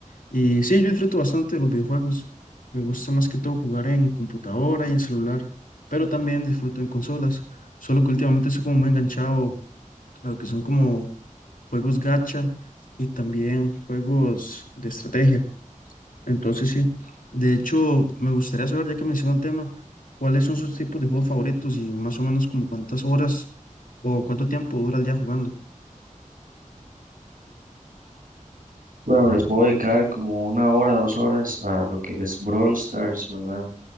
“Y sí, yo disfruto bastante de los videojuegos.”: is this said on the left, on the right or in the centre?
Left